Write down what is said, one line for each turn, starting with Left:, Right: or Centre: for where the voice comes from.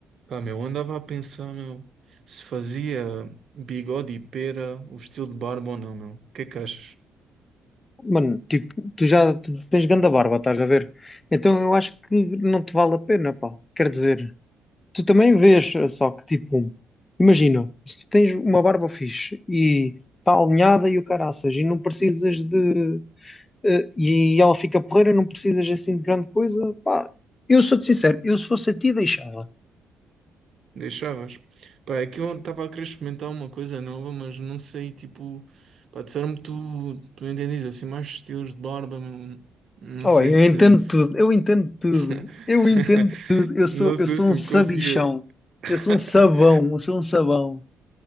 Right: Pá, meu, andava a pensar, meu, se fazia bigode e pera o estilo de barba ou não, meu. O que é que achas?
Left: Mano, tipo, tu já tu tens ganda barba, estás a ver? Então eu acho que não te vale a pena, pá. Quer dizer, tu também vês, só que tipo, imagina, se tu tens uma barba fixe e está alinhada e o caraças e não precisas de. eh, e ela fica porreira, não precisas assim de grande coisa, pá. Eu sou-te sincero, eu se fosse a ti deixava.
Right: Deixavas? Pá, é que eu estava a querer experimentar uma coisa nova, mas não sei, tipo, pá, disseram-me que tu, tu entendes assim mais estilos de barba, meu. Não
Left: Oh,
Right: sei
Left: eu
Right: se,
Left: entendo
Right: se-
Left: tudo, eu entendo tudo,
Right: <laughs>
Left: eu entendo tudo. Eu sou,
Right: não
Left: eu
Right: sei
Left: sou
Right: se
Left: um sabichão,
Right: me conseguia. <laughs>
Left: eu sou um sabão, eu sou um sabão.